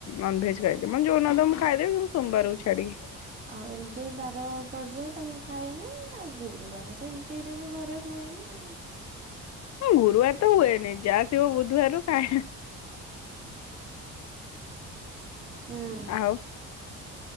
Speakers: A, on the left; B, on the right.
A: ନଭେଜ
B: ଆଚ୍ଛା
A: ଖାଇଦେବ
B: ନାଇଁ।
A: ଯୋଉ <unintelligible> ମୁ ଖାଇଦବି କିନ୍ତୁ ସୋମବାରକୁ ଛାଡିକି।
B: ଆଉ ଏମିତି ବାର ପର୍ଯୟ ତ ମୁଁ ଖାଏନି ଆଉ ଗୁରୁବାର ଏ ଏମିତିରେ ବି ଘରେ ହୁଏନି ଆଉ।
A: ହଁ ଗୁରୁବାର ତ ହୁଏନି ଯାହା ଥିବ ବୁଧବାରରୁ କାଁ
B: ହୁଁ
A: ଆଉ